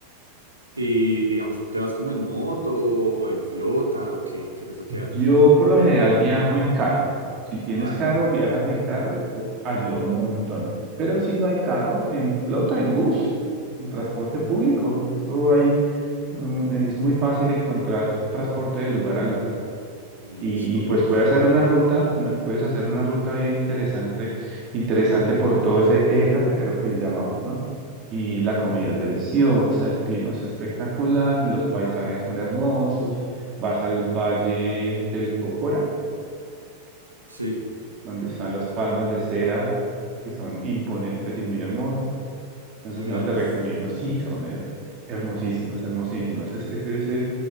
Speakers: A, on the right (about 80°); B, on the right (about 35°).
A: Y digamos, ¿tú te vas como en moto o en flota o qué? ¿Qué es lo que haces
B: Yo
A: ahí?
B: por lo general viajo en carro. Si tienes
A: Vale,
B: carro, viajas en carro, esto ayuda un montón. Pero si no hay carro, en flota, en bus, en transporte público. Eso hay, mm, es muy fácil encontrar transporte de lugar a lugar.
A: listo
B: Y, y pues
A: pues.
B: puedes hacer una ruta, una- puedes hacer una ruta bien interesante, interesante por todo ese eje cafetero que le llamamos, ¿no? Y la comida es deliciosa, el clima es espectacular, los paisajes son hermosos, vas al Valle del Cocora,
A: Sí,
B: donde están las palmas de cera, que son imponentes y muy hermosas. Entonces,
A: muy
B: no
A: grandes.
B: te recomiendo. Sí, son her- hermosísimas, hermosísimas. Es- es- ese,